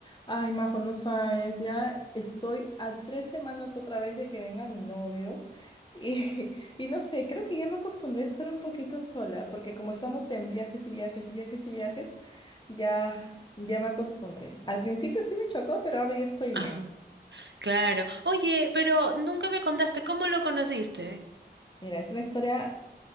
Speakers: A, on the left (about 25°); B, on the right (about 85°).
A: Ay, Majo, no sabes, ya estoy a tres semanas otra vez de que venga mi novio y, <laughs> y no sé, creo que ya me acostumbré a estar un poquito sola, porque como estamos en viajes y viajes y viajes y viajes, ya, ya me acostumbré. Al principio sí me chocó, pero ahora ya estoy
B: Ajá,
A: bien.
B: claro. Oye, pero nunca me contaste cómo lo conociste.
A: Mira, es una historia